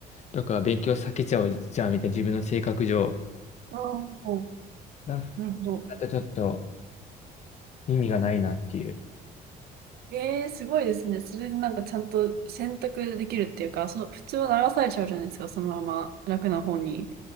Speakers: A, on the left; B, on the right.
A: とか勉強避けちゃうじゃんみたいな自分の性格上。
B: ああ、
A: だ
B: なるほど。
A: だとちょっと意味がないなっていう。
B: ええ、すごいですね。それでなんかちゃんと選択できるっていうか、そ、普通は流されちゃうじゃないですか、そのまま楽な方に。